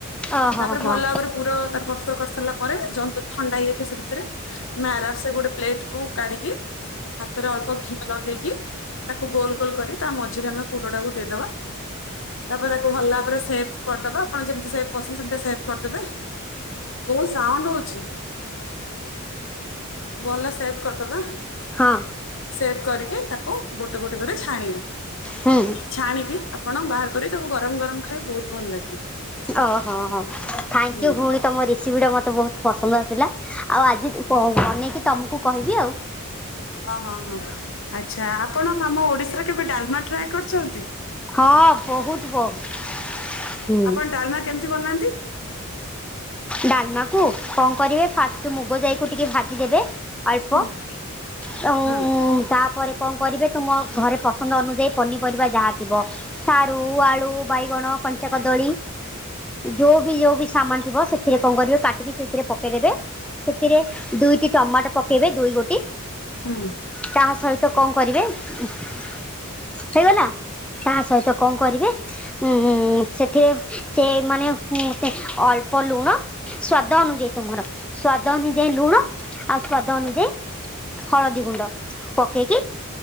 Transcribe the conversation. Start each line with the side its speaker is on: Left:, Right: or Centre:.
Centre: ଓହୋ
Left: ତାପରେ
Centre: ହଁ
Left: ଭଲ ଭାବରେ ପୁରା ତ ପ୍ରସ୍ତୁତ କରିସାରିଲା ପରେ ଜନ୍ତୁଣୀ ଥଣ୍ଡା ହେଇଯାଇଥିବ ସେ ଭିତରେ ଆମେ ଆରାମସେ ଗୋଟେ ପ୍ଲେଟକୁ କାଢିକି, ହାତରେ ଅଳ୍ପ ଘିଅ ଲଗେଇକି ତାକୁ ଗୋଲ ଗୋଲ କରି ତା ମଝିରେ ଆମେ ପୁରଟାକୁ ଦେଇଦବା। ତାପରେ ତାକୁ ଭଲ ଭାବରେ ସେବ୍ କରିଦବା, ଆପଣ ଯେମିତି ସେବ୍ କରୁଛନ୍ତି ସେମିତି ସେବ୍ କରିଦେବେ। ବହୁତ ସାଉଣ୍ଡ ହଉଛି, ଗଲା ସେ ସେବ୍ କରିଦବା,
Centre: ହଁ
Left: ସେବ୍ କରିକି ତାକୁ ଗୋଟେ ଗୋଟେ କରି ଛାଣିବା।
Centre: ହୁଁ
Left: ଛାଣିକି ଆପଣ ବାହାର କରି ତାକୁ ଗରମ ଗରମ ଖାଇବେ ବହୁତ ଭଲ ଲାଗେ।
Centre: ଓହୋ ଓ ହୋ ଥ୍ୟାଙ୍କୟୁ
Left: ହୁଁ
Centre: ଭଉଣୀ ତମ ସେ ରେସିବ ମୋତେ ବହୁତ ପସନ୍ଦ ଆସିଲା ଆଉ ଆଜି ବନେଇକି ତମକୁ କହିବି ଆଉ।
Left: ଓହୋ ହୋ ଆଚ୍ଛା ଆପଣ ଆମ ଓଡିଶାରେ କେବେ ଡାଲମା ଟ୍ରାଏ କରିଛନ୍ତି?
Centre: ହଁ ବହୁତ ବହୁ ହୁଁ।
Left: ଆପଣ ଡାଲମା କେମିତି ବନାନ୍ତି?
Centre: ଡାଲମାକୁ କଣ କରିବେ, ଫାଷ୍ଟ ମୁଗ ଯାଇକୁ ଟିକେ ଭାଜିଦେବେ। ଅଳ୍ପ
Left: ହଁ
Centre: <unintelligible>
Left: ହଁ
Centre: ତା ପରେ କଣ କରିବେ ତୁମ ଘରେ ପସନ୍ଦ ଅନୁଯାୟୀ ପନିପରିବା ଯାହା ଥିବ ସାରୁ, ଆଳୁ, ବାଇଗଣ, କଞ୍ଚା କଦଳୀ ଯୋଉବି ଯୋଉବି ସାମାନ୍ ଥିବ ସେଠି ସେଥିରେ କଣ କରିବେ କାଟିକି ସେଥିରେ ପକେଇଦେବେ ସେଥିରେ ଦୁଇଟି ଟମାଟୋ ପକେଇବେ ଦୁଇ ଗୋଟି।
Left: ହୁଁ।
Centre: ତା ସହିତ କଣ କରିବେ ହେଇଗଲା, ତାହା ସହିତ କଣ କରିବେ ଉଁ ସେଥରେ ସେ ମାନେ ମୋଟେ ଅଳ୍ପ ଲୁଣ ସ୍ଵାଦ ଅନୁଯାୟୀ ତୁମର ସ୍ଵାଦ ଅନୁଯାୟୀ ଲୁଣ ଆଉ ସ୍ଵାଦ ଅନୁଯାୟୀ ହଳଦୀ ଗୁଣ୍ଡ ପକେଇକି